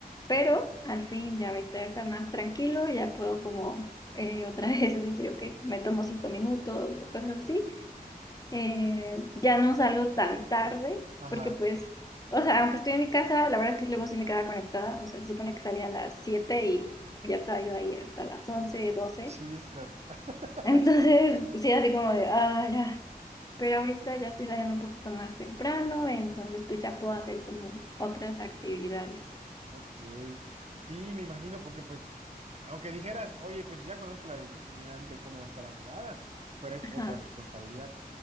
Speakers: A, on the left; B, on the right.
A: pero al fin ya ahorita ya está más tranquilo, ya puedo como eh, otra <laughs> vez decir, ok, me tomo cinco minutos, cosas así. Eh, ya no salgo tan tarde,
B: Ajá.
A: porque pues, o sea, aunque estoy en mi casa, la verdad es que luego sí me quedaba conectada, o sea, se supone que salía a las 7 y ya estaba yo ahí hasta las 11 doce
B: Chisas. <laughs>
A: entonces, <laughs> sí, así como de, ah, ya. Pero ahorita ya estoy saliendo un poquito más temprano, entonces pues ya puedo hacer como otras actividades.
B: Ok, sí, me imagino, porque pues aunque dijeras, oye, pues ya conozco la di- dinámica y cómo está la jugada, pero es otra
A: Ajá.
B: responsabilidad.